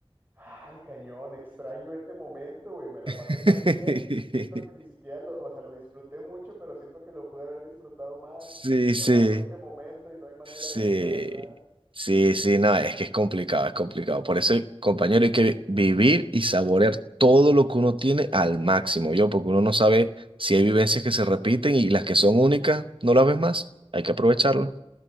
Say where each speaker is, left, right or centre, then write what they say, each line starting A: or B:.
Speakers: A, on the right (about 20°); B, on the right (about 60°).
A: Ay, cañón, extraño este momento, güey. Me la
B: <laughs>
A: pasé tan bien y siento que ni siquiera lo, o sea, lo disfruté mucho, pero siento que lo pude haber disfrutado más
B: Sí,
A: y ya
B: sí,
A: pasó ese momento y no hay manera
B: sí,
A: de ir para atrás.
B: sí, sí, no, es que es complicado, es complicado. Por eso, compañero, hay que vi- vivir y saborear todo lo que uno tiene al máximo, yo, porque uno no sabe si hay vivencias que se repiten y las que son únicas, no las ves más. Hay que aprovecharlas.